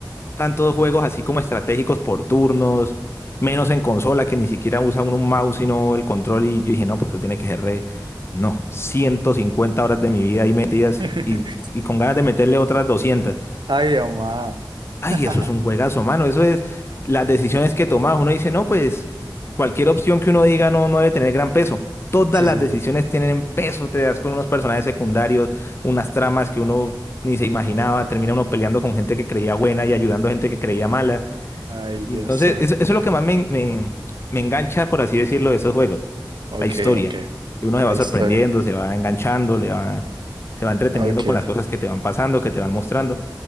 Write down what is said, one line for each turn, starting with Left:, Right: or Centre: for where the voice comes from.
Left: tantos juegos así como estratégicos por turnos, menos en consola que ni siquiera usa uno un mouse sino el control y yo dije, no, pues eso tiene que ser re... No, 150 horas de mi vida ahí metidas
Right: <laughs>
Left: y, y con ganas de meterle otras 200.
Right: Ay, mamá.
Left: Ay,
Right: <laughs>
Left: eso es un juegazo, mano. Eso es las decisiones que tomas. Uno dice, no, pues cualquier opción que uno diga no, no debe tener gran peso. Todas
Right: Sí,
Left: las
Right: sí,
Left: decisiones
Right: sí.
Left: tienen peso. Te das con unos personajes secundarios, unas tramas que uno ni se imaginaba. Termina uno peleando con gente que creía buena y ayudando a gente que creía mala.
Right: Ay,
Left: Y
Right: Dios
Left: entonces,
Right: santo.
Left: eso, eso es lo que más me, me- me engancha, por así decirlo, de esos juegos,
Right: Ok,
Left: la historia.
Right: ok.
Left: Y uno se va
Right: La
Left: sorprendiendo,
Right: historia.
Left: se va enganchando, le va, se va entreteniendo
Right: Ok.
Left: con las cosas que te van pasando, que te van mostrando.